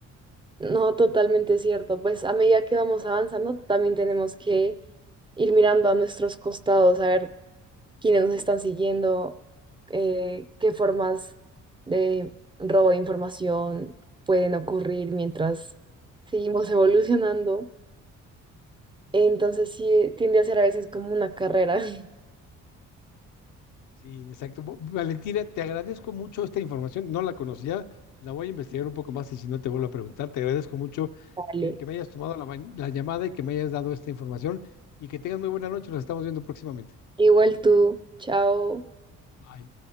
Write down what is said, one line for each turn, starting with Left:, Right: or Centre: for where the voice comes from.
Right: No, totalmente cierto. Pues a medida que vamos avanzando, también tenemos que ir mirando a nuestros costados, a ver quiénes nos están siguiendo, eh, qué formas de robo de información pueden ocurrir mientras seguimos evolucionando. Entonces sí, tiende a ser a veces como una carrera. <laughs>
Left: Sí, exacto. Bo- Valentina, te agradezco mucho esta información. No la conocía, la voy a investigar un poco más y si no te vuelvo a preguntar, te agradezco mucho
Right: Vale.
Left: que, que me hayas tomado la, ma- la llamada y que me hayas dado esta información y que tengas muy buena noche. Nos estamos viendo próximamente.
Right: Igual tú, chao.
Left: Bye.